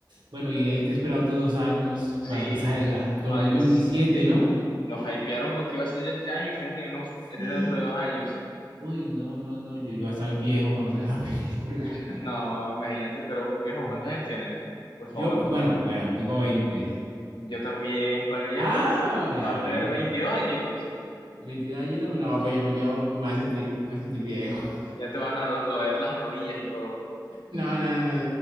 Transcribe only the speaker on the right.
bueno, y hay que esperar otros dos años
para que salga, dos
mil
veintisiete ¿no?
Sí,
uy, no, no, no, yo, yo voy a estar viejo cuando salga la <laughs> película.
Bueno,
yo, bueno, bueno, tengo veinte
Ah,
a
ver,
22 añitos, pues no, pues yo, yo me voy a sentir, me voy a sentir viejo. <laughs>
No, no, no, no,